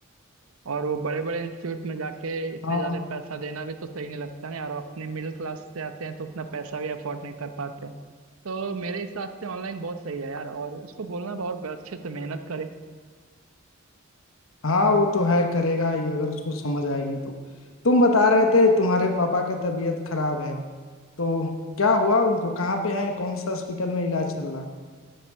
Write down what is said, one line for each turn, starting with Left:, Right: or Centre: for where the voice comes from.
Right: और वो बड़े बड़े इंस्टीट्यूट में जाके इतने
Left: हाँ
Right: ज्यादा पैसा देना भी तो सही नहीं लगता ना यार और अपने मिडिल क्लास से आते हैं तो उतना पैसा भी अफोर्ड नहीं कर पाते तो मेरे हिसाब से ऑनलाइन बहुत सही है यार और उसको बोलना बहुत अच्छे से मेहनत करें
Left: हाँ वो तो है करेगा ही अगर उसको समझ आएगी तो तुम बता रहे थे तुम्हारे पापा का तबीयत खराब है तो क्या हुआ उनको कहाँ पे है कौन सा हॉस्पिटल में इलाज चल रहा